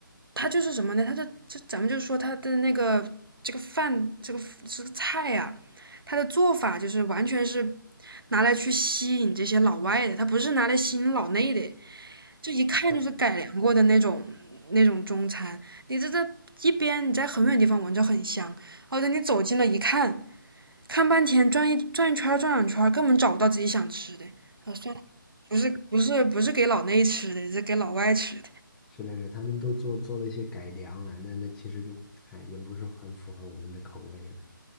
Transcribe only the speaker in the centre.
哦，
是的是的他们都做做了一些改良了，那那其实就哎也不是很符合我们的口味了。